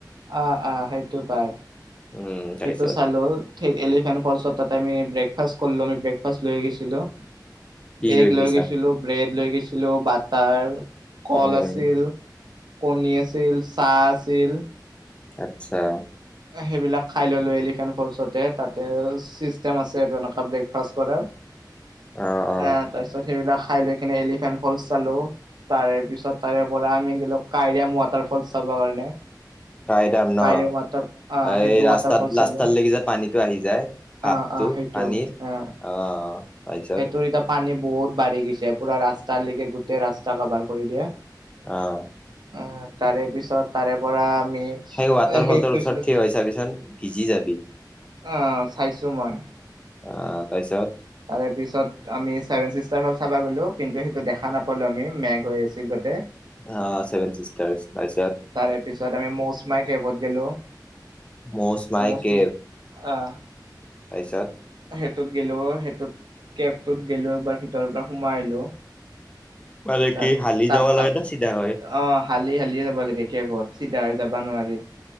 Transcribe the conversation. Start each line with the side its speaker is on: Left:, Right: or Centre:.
Right: অ', অ', সেইটো পাই,
Left: উম তাৰপিছত
Right: সেইটো চালোঁ। এলিফেণ্ট ফলছতত আমি ব্ৰেকফাষ্ট কৰিলোঁ, আমি ব্ৰেকফাষ্ট লৈ গৈছিলোঁ।
Left: কি
Right: এগ লৈ
Left: গৈছা
Right: গৈছিলোঁ, ব্ৰেড লৈ গৈছিলোঁ, বাটাৰ। কল
Left: উম
Right: আছিল, কণী আছিল, চাহ আছিল।
Left: আতছা।
Right: সেইবিলাক খাই ল'লো, এলিফেন্ট ফলচতে তাতে, চিষ্টেম আছে আৰু এনেকুৱা ব্ৰেকফাষ্ট কৰা।
Left: অ অ
Right: আ, তাৰপিছত সেইবিলাক খাই লৈ কিনে এলিফেণ্ট ফলচ চালোঁ। তাৰেপিছত তাৰে পৰা আমি গেলো কাইৰম ৱাটাৰফল চাবৰ কাৰণে।
Left: কাইদাম ন?
Right: কাইৰেম ৱাটাৰ আহ
Left: এই
Right: সেইটো
Left: ৰাস্তাত,
Right: ৱাটাৰ ফলচ
Left: ৰাস্তাৰ
Right: চালো
Left: লৈকে যে, পানীটো আহি যায়
Right: অ
Left: হাপটো
Right: অ সেইটো
Left: পানীৰ
Right: অ
Left: অ', তাচত
Right: এতিয়া পানী বহুত বাঢ়ি গৈছে, পুৰা ৰাস্তালেকে গোটেই ৰাস্তা কাভাৰ কৰি দিয়ে।
Left: অ'
Right: অ', তাৰেপিছত, তাৰেপৰা আমি
Left: সেই ৱাটাৰফলটোৰ
Right: হেৰিত গৈছিলো
Left: ওচৰত থিয় হৈ চাবিছোন ভিজি যাবি।
Right: অ', চাইছোঁ মই।
Left: অ', তাছত
Right: তাৰেপিছত আমি ছেভেন চিষ্টাৰ চাবা গ'লো, কিন্তু সেইটো দেখা নাপালোঁ আমি মেঘ হৈ আছিল বাব
Left: হা চেভেন চিষ্টাৰচ তাৰ পিছত
Right: তাৰে পিছত আমি মৌচমাই কেভত গেলো।
Left: মৌচ মাই
Right: মৌচম
Left: কেভ
Right: আহ
Left: তাৰপিছত
Right: সেইটোত গেলো সেইটোত কেবটোত গেলো একবাৰ ভিতৰৰ পৰা সোমাই আহিলো।
Left: <inaudible>
Right: তাত
Left: হালি
Right: তাত
Left: যাব
Right: তাত,
Left: লাগে না চিধা হয়
Right: অ হালি হালি যাব লাগে কেভত চিধা হৈ যাবা নোৱাৰি।